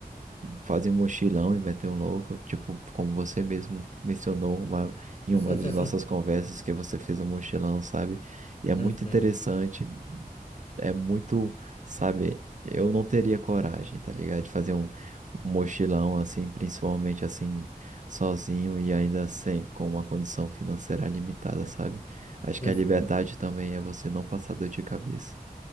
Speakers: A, on the right; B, on the left.
A: fazer um mochilão e meter um louco, tipo, como você mesmo mencionou uma, em
B: <laughs>
A: uma das nossas conversas que você fez um mochilão, sabe? E é muito
B: Uhum,
A: interessante, é muito, sabe, eu não teria coragem, tá ligado? De fazer um, um mochilão assim, principalmente assim, sozinho e ainda sem, com uma condição financeira limitada, sabe? Acho
B: uhum.
A: que a liberdade também é você não passar dor de cabeça.